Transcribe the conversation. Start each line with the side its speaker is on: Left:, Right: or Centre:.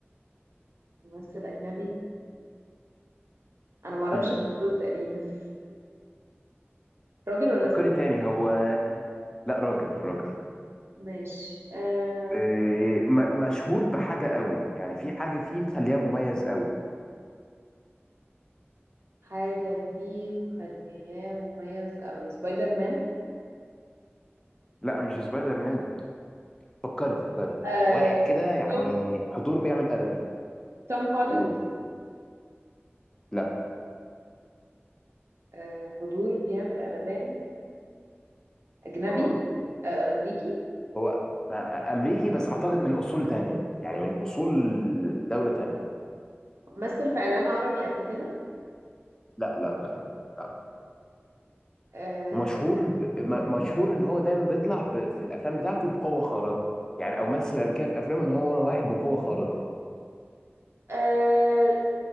Right: ممثل أجنبي أنا معرفش
Left: مم.
Right: غير دول تقريبا <laughs> راجل ولا
Left: فكري
Right: ست
Left: تاني هو لا راجل راجل
Right: ماشي آم،
Left: آه، م- مشهور بحاجة قوي يعني في حاجة فيه مخليها مميز قوي
Right: حاجة فيه مخلياه مميز أوي سبايدر مان
Left: لا مش سبايدر مان فكري فكري
Right: آه،
Left: واحد كده يعني
Right: توم
Left: حضور بيعمل قلبان
Right: توم هولاند
Left: قول لا
Right: آه، حضوره بيعمل قلبان أجنبي
Left: اه
Right: آه، أمريكي
Left: هو ما- امريكي بس اعتقد من اصول تانية يعني من اصول دولة تانية
Right: مثل في إعلان عربي قبل كده
Left: لا لا لا لا
Right: آه،
Left: ومشهور ب... م- مشهور ان هو دايما بيطلع ب... في الافلام بتاعته بقوة خارقة يعني او مثل قبل كده في افلام ان هو واحد بقوة خارقة
Right: آه